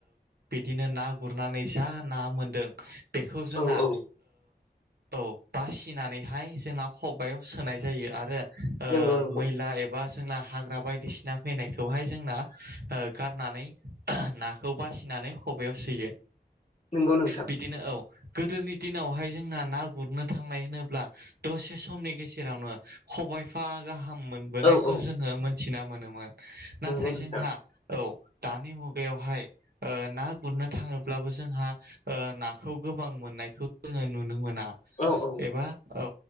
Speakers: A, on the right; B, on the left.
A: बिदिनो ना गुरनानै ज ना मोनदों बेखौ जोंना
B: औ औ
A: औ बासिनानैहाय जोंना खबायाव सोनाय जायो आरो मैला
B: नंगौ नंगौ
A: एबा जोंना हाग्रा बायदिसिना फैनायखाय बेखौहाय जोंना गारनानै नाखौ बासिनानै खबयाव सोयो
B: नंगौ नोंथां
A: बिदिनो औ गोदोनि दिनावहाय जोंना ना गुरनो थांनाय होनोब्ला दसे समनि गेजेरावनो खबायाइफा गाहाम मोनबोनायखौ
B: औ औ
A: जोङो मोनथिना मोनोमोन नाथाय
B: नंगौ नोंथां
A: जोंहा औ दानि मुगायावहाय ना गुरनो थाङोब्लाबो जोंहा नाखौ गोबां मोननायखौ जोङो नुनो मोना
B: औ औ
A: एबा औ